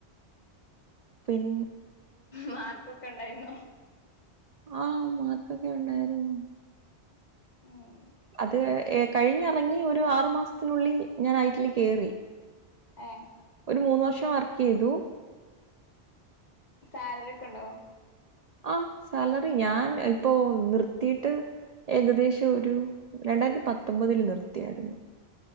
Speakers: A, on the right; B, on the left.
A: പിൻ
B: മാർക്കൊക്കെ ഇണ്ടായിന്നോ
A: ആ മാർക്കൊക്കെ ഉണ്ടായിരുന്നു
B: ഉം
A: അത് ഹ് കഴിഞ്ഞിറങ്ങി ഒരു ആറു മാസത്തിനുള്ളിൽ ഞാൻ ഐറ്റിൽ കേറി
B: ആഹ
A: ഒരു മൂന്ന് വർഷം വർക്ക് ചെയ്തു
B: സാലറി ഒക്കെ ഉണ്ടോ
A: ആ സാലറി ഞാൻ ഇപ്പൊ നിർത്തിയിട്ട് ഏകദേശം ഒരു രണ്ടായിരത്തി പത്തൊമ്പതിൽ നിർത്തിയായിരുന്നു